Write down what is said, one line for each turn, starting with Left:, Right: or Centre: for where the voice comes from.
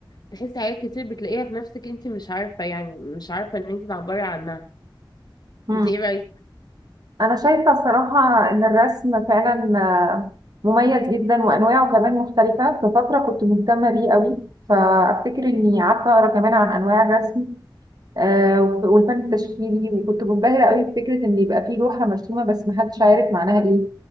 Left: تحس حاجات كتير بتلاقيها في نفسك انت مش عارفة يعني مش عارفة ان انت تعبري عنها
Right: مم.
Left: انت ايه رأيك
Right: انا شايفة صراحة ان الرسم فعلا آه، مميز جدا وانواعه كمان مختلفة في فترة كنت مهتمة بيه قوي فافتكر اني قعدت اقرا كمان عن انواع الرسم آه، والفن التشكيلي وكنت منبهرة قوي بفكرة ان يبقى في لوحة مرسومة بس محدش عارف معناها ايه